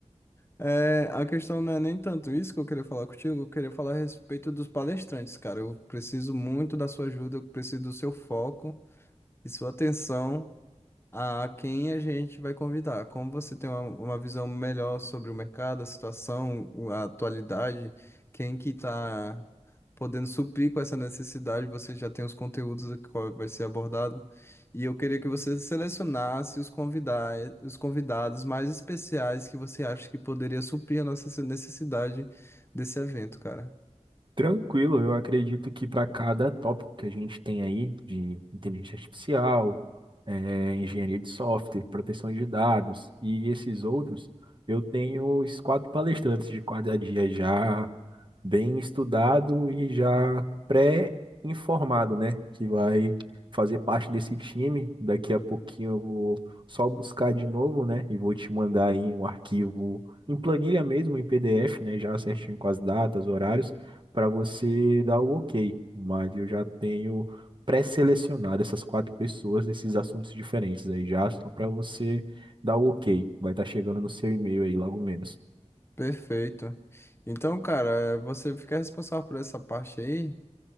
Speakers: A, on the left; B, on the right.
A: É, a questão não é nem tanto isso que eu queria falar contigo, eu queria falar a respeito dos palestrantes, cara. Eu preciso muito da sua ajuda, eu preciso do seu foco e sua atenção. a quem a gente vai convidar. Como você tem uma, uma visão melhor sobre o mercado, a situação, o- a atualidade, quem que está podendo suprir com essa necessidade, você já tem os conteúdos que qual vai ser abordado. E eu queria que você selecionasse os convidar, os convidados mais especiais que você acha que poderia suprir a nossa necessidade desse evento, cara.
B: Tranquilo, eu acredito que para cada tópico que a gente tem aí, de inteligência artificial, eh, engenharia de software, proteção de dados e esses outros, eu tenho os quatro palestrantes de cada dia já bem estudado e já pré-informado, né? Que vai fazer parte desse time. Daqui a pouquinho eu vou só buscar de novo, né? E vou te mandar aí um arquivo em planilha mesmo, em PDF, né? Já certinho com as datas, horários, para você dar o ok. Mas eu já tenho pré-selecionado essas quatro pessoas desses assuntos diferentes aí já, só para você dar o ok. Vai estar chegando no seu e-mail aí logo menos.
A: Perfeito. Então, cara, você fica responsável por essa parte aí.